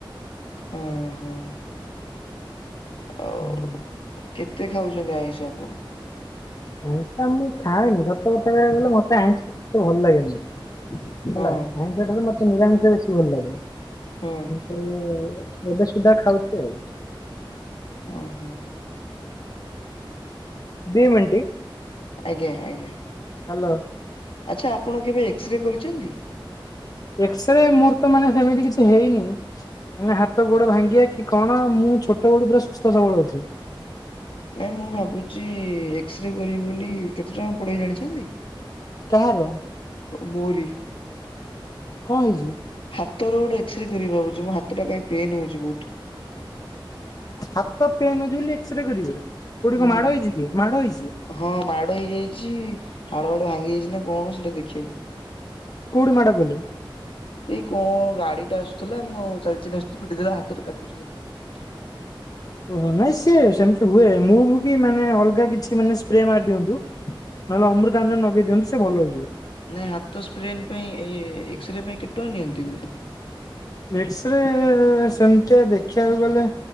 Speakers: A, on the left; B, on the left.
A: ହଁ ହଁ ଆଉ
B: ହୁଁ
A: କେତେ ଖାଉଛନ୍ତି ଆଇଁଷ ଆପଣ।
B: ଆଇଁଷା ମୁଁ ଖାଏନି ସତ କଥା କହିବାକୁ ଗଲେ ମତେ ଆଇଁଷ ସେତେ ଭଲ ଲାଗେନି। ହେଲା
A: ହଁ
B: ଆଇଁଷଠାରୁ ମତେ ନିରାମିଷ ବେଶୀ ଭଲ ଲାଗେ।
A: ହଁ
B: ଉଁ ଏବେ ସୁଦ୍ଧା ଖାଉଚି ଆଉ।
A: ଓହୋ।
B: ଦିଇମିଣ୍ଟି।
A: ଆଜ୍ଞା ଆଜ୍ଞା।
B: ହ୍ୟାଲୋ।
A: ଆଚ୍ଛା ଆପଣ କେବେ ଏକ୍ସରେ କରିଛନ୍ତି?
B: ଏକ୍ସ ରେ ମୋର ତ ମାନେ ସେମିତି କିଛି ହେଇନି ନ ହାତ ଗୋଡ ଭାଙ୍ଗିବା କି କଣ ମୁଁ ଛୋଟ ବେଳୁ ପୁରା ସୁସ୍ଥ ସବଳ ଅଛି।
A: ନାଇଁ ମୁଁ ଭାବୁଛି ଏକ୍ସ ରେ କରିବି ବୋଲି କେତେ ଟଙ୍କା ପଡ଼ିବ ଜାଣିଛନ୍ତି?
B: କାହାର?
A: ମୋରି
B: କଣ ହେଇଛି
A: ହାତର ଗୋଟେ ଏକ୍ସରେ କରିବି ଭାବୁଛି ମୁ ହାତଟା କାଇଁ ପେନ୍ ହେଉଛି ବହୁତ
B: ହାତ ପେନ୍ ହଉଛି ବୋଲି ଏକ୍ସ ରେ କରିବେ ଗୁଡିକ
A: ହୁଁ
B: ମାଡ ହେଇଛି କି ମାଡ ହେଇଛି
A: ହଁ ମାଡ ହେଇଯାଇଛି ହାଳ ବାଡ ଭାଙ୍ଗି ଯାଇଛି ନା କଣ ସେଟା ଦେଖିବାକୁ
B: କଉଠି ମାଡ କଲେ
A: ଏଇ କଣ ଗାଡି ଟା ଆସୁଥିଲା ମୁଁ ଉ ଚାଲି ଚାଲି ଆଥିଲି ପିଟି ଦେଲା ହାତରେ କାଟୁଛି ଖା
B: ଓହୋ ନାଇଁ ସିଏ ସେମିତି ହୁଏ ମୁଁ ଭ କି ମାନେ ଅଲଗା କିଛି ମାନେ ସ୍ପ୍ରେ ମାରି ଦିଅନ୍ତୁ। ନହେଲେ ଅମୃତା ଆଞ୍ନ ନଗେଇ ଦିନ୍ତୁ ସେ ଭଲ ହେଇଯିବ।
A: ନାଇଁ ହାତ ସ୍ପ୍ରେ ପାଇଁ ଏକ୍ସରେ ପାଇଁ କେଟଙ୍କ ନିଅନ୍ତି ହୁଏ?
B: ଏକ୍ସରେ ସେମିତିଆ ଦେଖିବାକୁ ଗଲେ